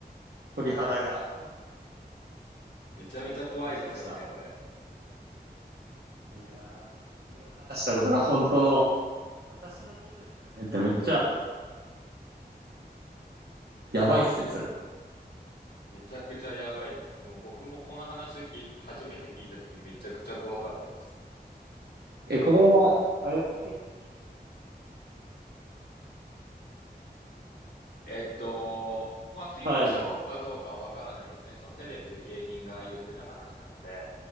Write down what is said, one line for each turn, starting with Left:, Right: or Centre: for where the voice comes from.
Right: 鳥肌が、
Left: めちゃめちゃ怖いですよね、
Right: 鳥肌が立ちました。
Left: これ。
Right: いやー、自分の話したことが本当の、私のことですよねっ。てめっちゃやばいっすね、それ。
Left: めちゃくちゃやばいです。もう僕もこの話聞い初めて聞いたときめちゃくちゃ怖かったです。
Right: え、これは、あれですかフィクフィクションです
Left: えっと、まあ、フィクションかどうかはわからないですね。
Right: か。はい。
Left: そのテレビで芸人が言ってた話なので。